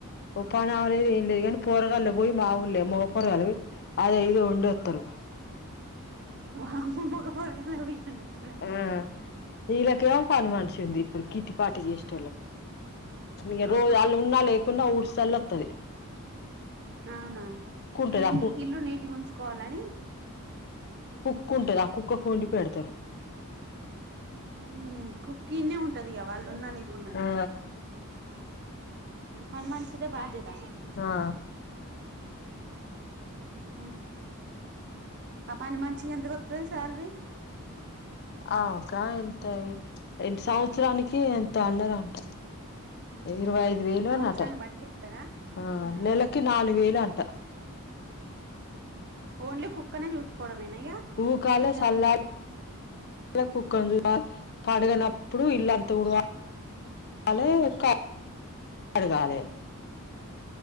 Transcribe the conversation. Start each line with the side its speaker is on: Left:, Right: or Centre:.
Left: ఓ పని ఆమె లేదు ఏం లేదు కాని పొరగాల్లే పోయి మాఊల్లే మగ పొరగాల్లె పోయి అదో ఇదో వండి వత్తరు
Right: వామ్మో మోగాపోరగాల్లే పోయి వండి అత్తరా
Left: ఆ వీళ్ళకేమో పని మనిషి ఉంది ఇప్పుడు కిట్టి పార్టీ చేసేటోళ్ళకి ఇగా
Right: ఆహా
Left: రోజు వాళ్ళు ఉన్నా లే కున్నా ఊడిసి సల్లి అత్తది
Right: అవునా
Left: ఉంటది
Right: ఇక ఇల్
Left: ఆ కు
Right: ఇల్లు నీటి గుంచుకోవాలని
Left: కుక్కుంటది ఆ కుక్కకు వండి పెడతారు
Right: ఉమ్ కుక్కనే ఉంటది ఇగా వాళ్ళు ఉన్నా లేకుం
Left: ఆ
Right: పని మనిషిదే బాధ్యత
Left: ఆ
Right: హ ఆ పనికి మనిషికి ఎంత దొరుకతది శాలరీ
Left: అమేకా ఎంతో సంవత్సరానికి ఎంతోన్నార అంట ఇరవై ఐదు వేలు
Right: సంవత్సరాన్ని
Left: అనిట
Right: బట్టి ఇత్తరా
Left: ఆ
Right: ఉహు
Left: నెలకి నాలుగు వేలు అంట
Right: ఓన్లీ కుక్కనే చూసుకోవడంమేనా ఇగ
Left: ఊకాలే
Right: ఇంకేమన్నా
Left: సల్లాలే
Right: ఉంటదా
Left: మళ్ళ కుక్క పండుగనప్పుడు ఇల్లంత ఉడువాలే కా డగాలే